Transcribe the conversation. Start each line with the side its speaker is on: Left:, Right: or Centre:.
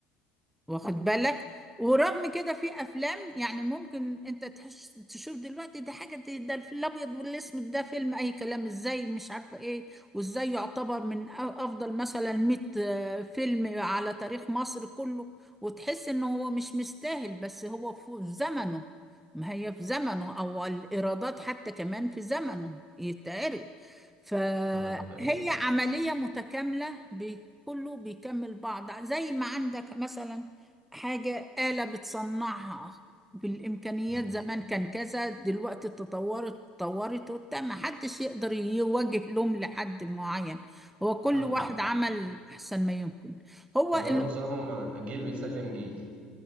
Centre: واخد بالك ورغم كده في افلام يعني ممكن انت تحس تشوف دلوقتي ده حاجه دي- ده الفيل الابيض والاسود ده فيلم اي كلام ازاي مش عارفه ايه وازاي يعتبر من أ- افضل مثلا 100 آه، فيلم على تاريخ مصر كله وتحس ان هو مش مستاهل بس هو في زمنه ما هي في زمنه او الايرادات حتى كمان في زمنه يتعرض فهي
Right: اه ده حقيقة
Centre: عمليه متكامله بي- كله بيكمل بعض زي ما عندك مثلا حاجة آلة بتصنعها بالإمكانيات
Right: م.
Centre: زمان كان كذا دلوقتي تطورت تطورت وبتاع ما حدش يقدر يوجه لوم لحد معين هو كل
Right: اه
Centre: واحد
Right: اه
Centre: عمل أحسن ما يمكن هو
Right: اللي هو
Centre: الم-
Right: نظام جيل بيسلم جيل